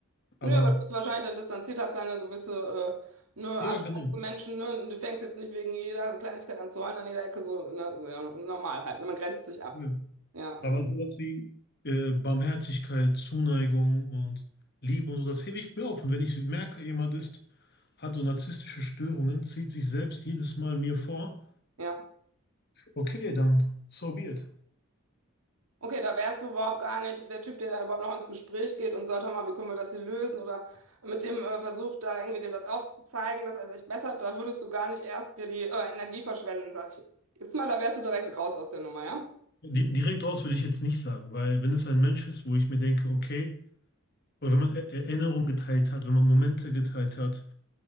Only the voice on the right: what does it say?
Nö, aber du bist wahrscheinlich dann distanziert, hast da eine gewisse äh, ne
Abstand
zu Menschen. Ne? Und Du fängst jetzt nicht wegen jeder Kleinigkeit an zu heulen an jeder Ecke, so, ne? So, ja, normal halt. Ne? Man grenzt sich ab.
Ja,
ja.
Okay, da wärst du überhaupt gar nicht der Typ, der da überhaupt noch ins Gespräch geht und sagt, hör mal, wie können wir das hier lösen? Oder mit dem äh, Versuch, da irgendwie dem das aufzuzeigen, dass er sich bessert. Da würdest du gar nicht erst dir die äh, Energie verschwenden, sag ich. Jetzt mal, da wärst du direkt raus aus der Nummer, ja?